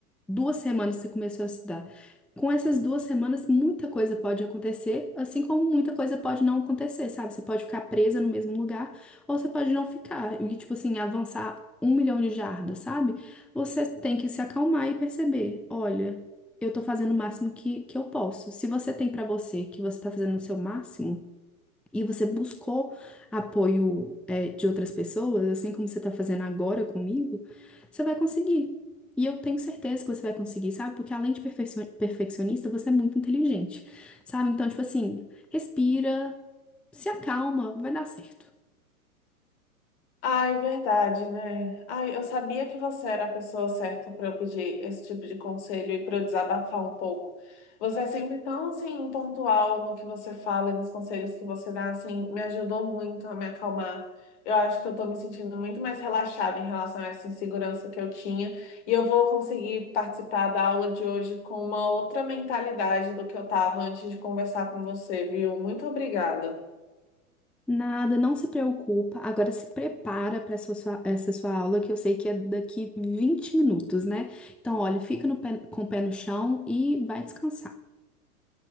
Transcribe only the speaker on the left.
Ai, verdade, né? Ai, eu sabia que você era a pessoa certa para eu pedir esse tipo de conselho e para eu desabafar um pouco. Você é sempre tão assim pontual no que você fala e nos conselhos que você dá, assim, me ajudou muito a me acalmar. Eu acho que eu tô me sentindo muito mais relaxada em relação a essa insegurança que eu tinha e eu vou conseguir participar da aula de hoje com uma outra mentalidade do que eu tava antes de conversar com você, viu? Muito obrigada.